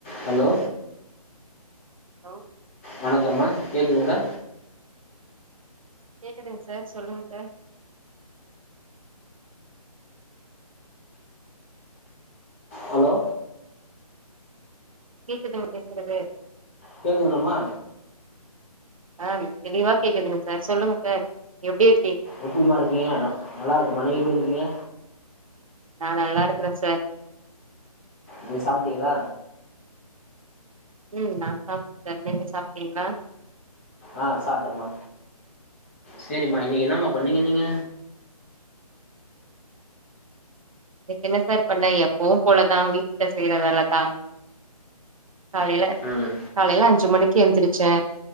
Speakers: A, on the left; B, on the right.
A: Hello
B: லோ
A: வணக்கம்மா கேக்குங்களா
B: கேக்குதுங்க சார் சொல்லுங்க சார்
A: ஹலோ
B: கேக்குதுங்க பேசுறது
A: கேக்குதுலமா
B: ஆஹ் தெளிவா கேக்குதுங்க சார் சொல்லுங்க சார் எப்படி இரு
A: எப்டி மா இருக்கீங்க நல்லா இருக்க மா நீங்க எப்டி இருக்கீங்க
B: நான் நல்லா இருக்கறேன் சார்
A: நீ சாப்பிட்டீங்களா
B: ம் நான் சாப்பிடேன் நீங்க சாப்பிட்டீங்களா
A: ஆஹ் சாப்பிட்டமா சரிம்மா இன்னைக்கு என்னமா பண்ணீங்க நீங்க
B: எனக்கு என்ன சார் பண்ண எப்பவும் போலதான் வீட்டுல செய்யற வேலைதான் காலையில
A: ம்
B: காலையிலாம் அஞ்சு மணிக்கு எழுந்திரச்சே